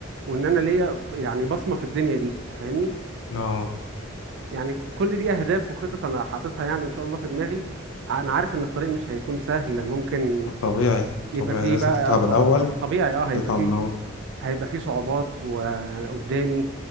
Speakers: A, on the right (about 60°); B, on the left (about 80°).
A: وان انا ليا يعني بصمه في الدنيا دي فاهمني
B: اه
A: يعني كل دي اهداف وخطط انا حاططها يعني ان شاء الله في دماغي انا عارف ان الطريق مش هيكون سهل ممكن
B: طبيعي
A: يبقى
B: طبيعي
A: فيه
B: لازم
A: بقى
B: تتعب
A: ط-
B: الاول
A: طبيعي اه هيبقى
B: تتعب
A: فيه
B: الاول
A: هيبقى فيه صعوبات وقدامي